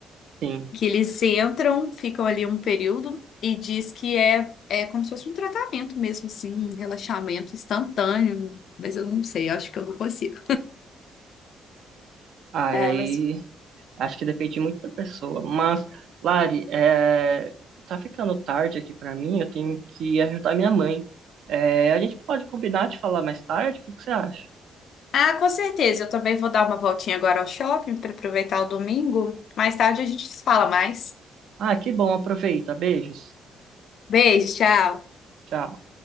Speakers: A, on the right; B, on the left.
A: Sim.
B: que eles entram, ficam ali um período e diz que é, é como se fosse um tratamento mesmo, assim, um relaxamento instantâneo. Mas eu não sei, eu acho que eu não consigo.
A: Aí.
B: É, mas.
A: Acho que depende muito da pessoa. Mas, Lari, é, tá ficando tarde aqui pra mim, eu tenho que ajudar minha mãe. É, a gente pode combinar de falar mais tarde? O que que você acha?
B: Ah, com certeza. Eu também vou dar uma voltinha agora ao shopping para aproveitar o domingo. Mais tarde a gente se fala mais.
A: Ah, que bom, aproveita. Beijos.
B: Beijo, tchau.
A: Tchau.